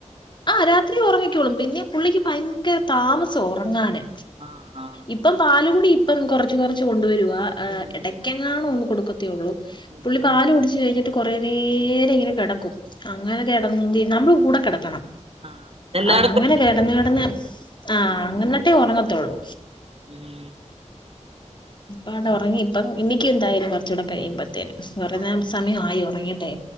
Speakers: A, on the left; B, on the right.
A: ആഹ് രാത്രി ഉറങ്ങിക്കോളും പിന്നെ പുള്ളിക്ക് ഭയങ്കര താമസം ഉറങ്ങാന്.
B: ആ ആ
A: ഇപ്പം പാലുകൂടി ഇപ്പം കൊറച്ച് കൊറച്ച് കൊണ്ടുവരുവാ.
B: ശരി
A: ഇടയ്ക്കെങ്ങാണോ
B: ആ
A: ഒന്ന് കൊടുക്കത്തേള്ളൂ
B: ഉം
A: പുള്ളി
B: ഉം
A: പാല് കുടിച് ച്ച് കഴിഞ്ഞിട്ട് കുറേ നേരം ഇങ്ങനെ കിടക്കും അങ്ങനെ കിടന്ന നമ്മൾ കൂടെ കിടക്കണം.
B: ആ എല്ലായിടത്തും
A: അങ്ങനെ കിടന്ന്
B: തന്നെ.
A: കിടന്ന് ആഹ് അങ്ങനട്ടേ ഉറങ്ങത്തുള്ളൂ.
B: ഉം
A: ആടെ
B: ഉം
A: ഉറങ്ങി പ്പം എനികന്തായാലും
B: ഉം.
A: കുറച്ചുകൂടെ കഴിയുമ്പത്തേനും കുറേ
B: ആ
A: സമയം ആയി ഉറങ്ങീട്ടെ.